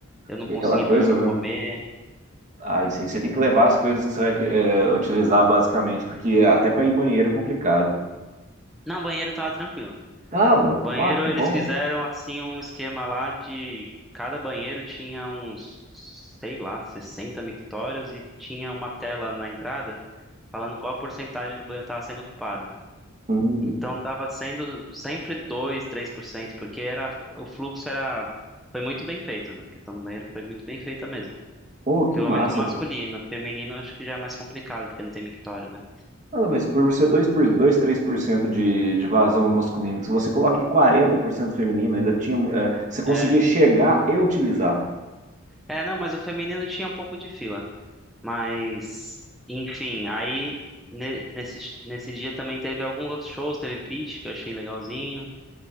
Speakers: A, in the centre; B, on the right.
A: Eu não
B: E
A: consegui
B: aquela coisa,
A: parar pra
B: né?
A: comer.
B: Ah, isso aí você tem que levar as coisas que você vai é, utilizar basicamente, porque até para ir banheiro é complicado.
A: Não, banheiro tava tranquilo.
B: Tava,
A: Banheiro
B: ah, que
A: eles
B: bom.
A: fizeram assim um esquema lá de cada banheiro tinha uns, sei lá, 60 mictórios e tinha uma tela na entrada falando qual a porcentagem do banheiro estava sendo ocupada.
B: Hum.
A: Então estava sendo sempre dois, três por cento, porque era o fluxo era foi muito bem feito, né? A questão do banheiro foi muito bem feita mesmo.
B: Pô, que
A: Pelo
B: massa.
A: menos o masculino, o feminino acho que já é mais complicado porque não tem mictório, né?
B: Nada, mas por ser dois por dois três por cento de, de vazão masculino, se você coloca em 40% feminino, ainda tinha, eh, você conseguia
A: É,
B: chegar e utilizar.
A: é, não, mas o feminino tinha um pouco de fila. Mas, enfim, aí ne- nesse, nesse dia também teve alguns outros shows, teve Pitty, que eu achei legalzinho.